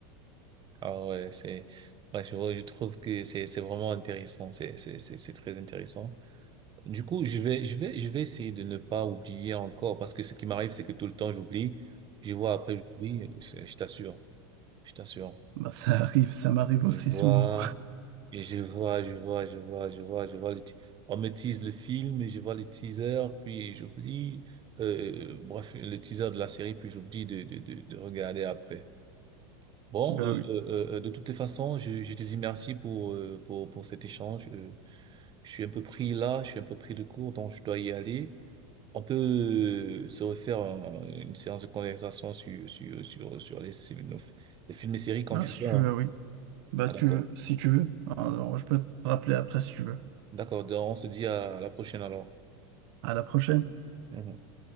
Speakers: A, on the right; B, on the right.
A: Ah ouais, c'est, ouais, je, je trouve que c'est c'est vraiment intéressant, c'est c'est c'est c'est très intéressant. Du coup, je vais, je vais, je vais essayer de ne pas oublier encore parce que ce qui m'arrive, c'est que tout le temps j'oublie. Je vois après j'oublie. Je, je t'assure, je t'assure.
B: Bah, ça arrive, ça m'arrive
A: Je
B: aussi
A: vois,
B: souvent.
A: et je vois, je vois, je vois, je vois, je vois. le ti- On me tease le film, et je vois le teaser, puis j'oublie. Euh, bref, le teaser de la série, puis j'oublie de, de, de, de regarder après. Bon,
B: Ben
A: euh,
B: oui.
A: euh, euh, euh, de toutes les façons, je, je te dis merci pour, euh, pour, pour cet échange. Euh, je suis un peu pris là, je suis un peu pris de court, donc je dois y aller. On peut se refaire euh, une séance de conversation sur, sur, sur, sur les, sur nos- les films et séries quand
B: Ben,
A: tu
B: si
A: veux.
B: tu
A: hein.
B: veux, oui. Bah,
A: Ah,
B: tu
A: d'accord.
B: veux, si tu veux. Alors, je peux te rappeler après si tu veux.
A: D'accord. Donc, On se dit à la prochaine alors.
B: À la prochaine.
A: Mhm.